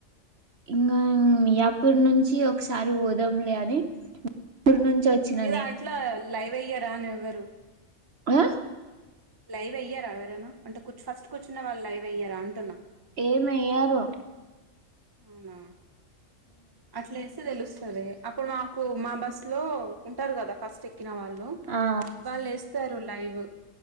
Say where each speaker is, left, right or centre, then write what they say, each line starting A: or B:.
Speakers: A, on the right; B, on the right.
A: ఇంగా మియాపూర్ నుంచి ఒకసారి పోదాంలే అని ఊరు నుంచి వచ్చిననే.
B: మీ దాంట్లో లైన్ వేయ్యారా అనే ఎవరు
A: ఆ
B: లైవ్ అయ్యార ఎవరైనా అంటే ఫస్ట్ కూర్చున్న వాళ్ళు లైవ్ అయ్యారా అంటున్నా
A: ఏమి ఎయ్యారు
B: అవునా అట్లా ఎస్తే తెలుస్తది అప్పుడు మాకు మా బస్ లో ఉంటారు కదా ఫస్ట్ ఎక్కిన వాళ్ళు
A: ఆ!
B: వాళ్ళు ఇస్తారు లైవ్